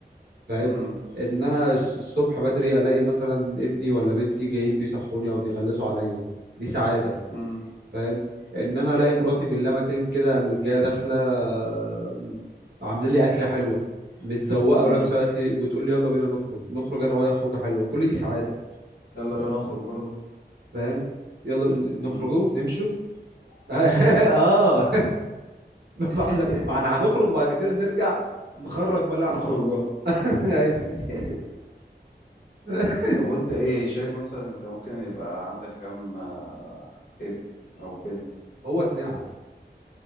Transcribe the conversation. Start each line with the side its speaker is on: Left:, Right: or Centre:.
Right: فاهم
Left: مم.
Right: ان انا الس- الصبح بدري الاقي مثلا ابني ولا بنتي جايين بيصحوني او بيغلسوا عليا دي سعاده
Left: مم.
Right: فاهم ان انا الاقي مراتي من لا مكان كده قامت جايه داخله آم، عامله لي اكله حلوه متزوقه
Left: مم.
Right: ولابسه قالت لي وتقول لي يلا بينا نخرج نخرج انا وهي خروجه حلوه كل دي سعاده
Left: يلا بقى نخرج برضو
Right: فاهم يلا ن- نخرجوا
Left: مم.
Right: نمشوا <laughs> اه <laughs>
Left: <laughs>
Right: ما احنا ما احنا هنخرج وبعد كده نرجع نخرج بقى اللي
Left: نخرج
Right: احنا خرجناه
Left: برضو
Right: <laughs> ايوه
Left: <laughs>
Right: <laughs>
Left: طب وانت ايه شايف مثلا انت ممكن يبقى عندك كم آه، ابن او بنت
Right: هو اتنين عسل